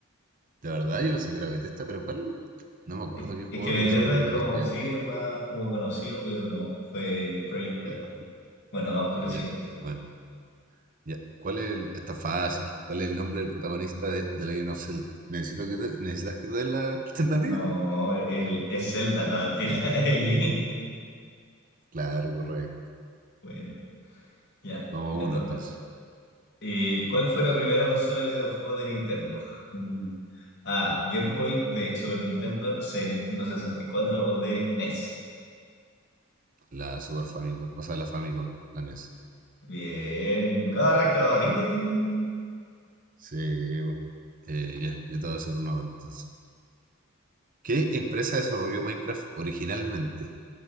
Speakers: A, on the right; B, on the left.
A: De verdad, yo pensé que era Bethesda, pero ¿cuál? No me acuerdo
B: Es
A: qué jugador
B: es que Bethesda
A: desarrolló
B: es como,
A: Bethesda ya,
B: sí,
A: pero.
B: es más como conocido, pero no. Fue Projekt Red.
A: <clears throat>
B: Bueno, vamos con
A: Ya,
B: lo siguiente.
A: bueno. Ya. ¿Cuál es el... Está fácil. ¿Cuál es el nombre del protagonista de The Legend of Zelda? ¿Necesito que te- ¿Necesitas que te dé la alternativa?
B: No, el, es Zelda, no, mentira, <laughs> es Link.
A: Claro, correcto.
B: Bueno, ya,
A: Vamos
B: me
A: a uno
B: toca.
A: entonces.
B: Eh, ¿cuál fue la primera consola de videojuegos de Nintendo? Uh, A, Game Boy, B, Super Nintendo, C, Nintendo 64 o D, NES.
A: La Super Famicom. O sea, la Famicom, la NES.
B: Bien, correcto. Ding, ding, ding, ding, ding.
A: Sí, pues. Eh, ya, yo te voy a hacer una ahora entonces. ¿Qué empresa desarrolló Minecraft originalmente?